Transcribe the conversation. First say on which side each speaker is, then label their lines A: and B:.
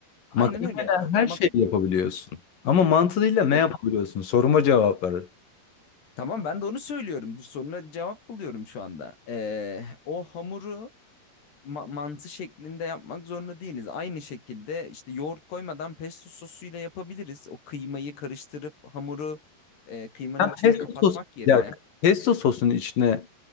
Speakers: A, on the left; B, on the left.
A: aynen
B: Makarnayla
A: öyle. O,
B: her
A: mak
B: şeyi yapabiliyorsun. Ama mantıyla ne
A: ya,
B: yapabiliyorsun? Soruma cevap ver.
A: tamam ben de onu söylüyorum. Dur, Soruna cevap buluyorum şu anda. E, o hamuru ma- mantı şeklinde yapmak zorunda değiliz. Aynı şekilde işte yoğurt koymadan pesto sosuyla yapabiliriz. O kıymayı karıştırıp hamuru e, kıymanın
B: Ben
A: içine
B: pesto
A: kapatmak
B: sos,
A: yerine.
B: ya pesto sosun içine